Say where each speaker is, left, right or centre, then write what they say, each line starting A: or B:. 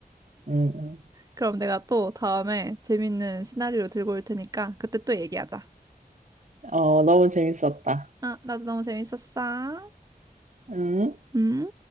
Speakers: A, on the right; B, on the right.
A: 응, 응.
B: 그럼 내가 또 다음에 재밌는 시나리오 들고 올 테니까 그때 또 얘기하자.
A: 어, 너무 재밌었다.
B: 아, 나도 너무 재밌었어.
A: 응?
B: 음.